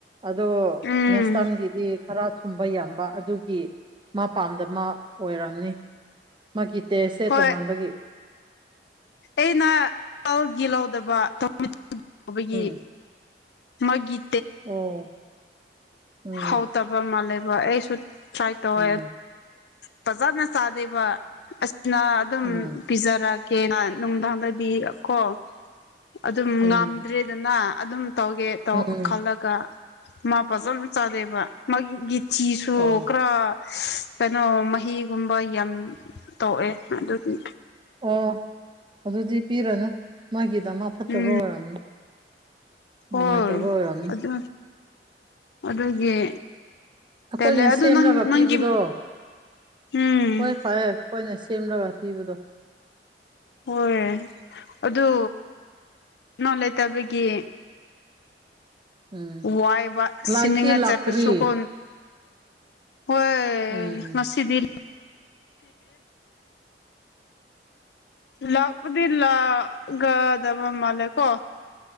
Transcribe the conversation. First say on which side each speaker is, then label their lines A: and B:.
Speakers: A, on the right (about 25°); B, on the left (about 65°).
A: ꯑꯗꯣ
B: ꯎꯝ
A: ꯅꯦꯛꯁꯇꯟ ꯒꯤꯗꯤ ꯈꯔ ꯊꯨꯝꯕ ꯌꯥꯝꯕ ꯑꯗꯨꯒꯤ ꯃꯥ ꯄꯥꯝꯗꯕ ꯑꯣꯏꯔꯝꯅꯤ ꯃꯥꯒꯤ ꯇꯦꯁꯁꯦ
B: ꯍꯣꯏ
A: ꯇꯣꯉꯥꯟꯕꯒꯤ
B: ꯑꯩꯅ <unintelligible> ꯒꯤ ꯂꯧꯗꯕꯒꯤ
A: ꯎꯝ
B: ꯃꯥꯒꯤ
A: ꯑꯣ ꯎꯝ
B: ꯍꯧꯇꯕ ꯃꯥꯜꯂꯦꯕ ꯑꯩꯁꯨ ꯇ꯭ꯔꯥꯏ ꯇꯧꯋꯦ
A: ꯎꯝ
B: ꯐꯖꯅ ꯆꯥꯗꯦꯕ ꯑꯁꯤꯅ ꯑꯗꯨꯝ
A: ꯎꯝ
B: ꯄꯤꯖꯔꯦ ꯀꯦ ꯅꯨꯡꯗꯥꯡꯗꯗꯤ ꯀꯣ ꯑꯗꯨꯝ
A: ꯎꯝ
B: ꯉꯝꯗ꯭ꯔꯦꯗꯅ ꯑꯗꯨꯝ ꯇꯧꯒꯦ ꯇꯧ
A: ꯎꯝ
B: ꯈꯜꯂꯒ ꯃꯥ ꯐꯖꯅ ꯆꯥꯗꯦꯕ ꯃꯥꯒꯤ ꯒꯤ ꯆꯤꯁꯨ
A: ꯑꯣ
B: ꯀꯔ ꯀꯩꯅꯣ ꯃꯍꯤꯒꯨꯝꯕ ꯌꯥꯝ ꯇꯧꯑꯦ ꯑꯗꯨꯗꯤ
A: ꯑꯣ ꯑꯗꯨꯗꯤ ꯄꯤꯔꯅꯨ ꯃꯥꯒꯤꯗ ꯃꯛ ꯐꯠꯇꯕ
B: ꯎꯝ
A: ꯑꯣꯏꯔꯝꯅꯤ
B: ꯍꯣꯏ
A: ꯅꯨꯡꯉꯥꯏꯇꯕ ꯑꯣꯏꯔꯝꯅꯤ
B: ꯑꯗꯨ ꯑꯗꯨꯒꯤ
A: ꯑꯩꯈꯣꯏꯅ
B: ꯇꯜꯂꯦ ꯑꯗꯨ
A: ꯁꯦꯝꯂꯒ
B: ꯅꯪ ꯅꯪꯒꯤ
A: ꯄꯤꯕꯗꯣ
B: ꯎꯝ
A: ꯍꯣꯏ ꯐꯔꯦ ꯑꯩꯈꯣꯏꯅ ꯁꯦꯝꯂꯒ ꯄꯤꯕꯗꯣ
B: ꯍꯣꯏ ꯑꯗꯨ ꯅꯪ ꯂꯩꯇꯕꯒꯤ
A: ꯎꯝ
B: ꯋꯥꯏꯕ
A: ꯂꯥꯏꯠꯇꯤ
B: ꯁꯤꯅꯤꯡꯉ
A: ꯂꯥꯛꯇ꯭ꯔꯤ
B: ꯆꯠꯄ ꯁꯨꯀꯣ ꯍꯣꯏ
A: ꯎꯝ
B: ꯉꯁꯤꯗꯤ ꯂꯥꯛꯞꯗꯤ ꯂꯥꯛꯒꯗꯕ ꯃꯥꯂꯦꯀꯣ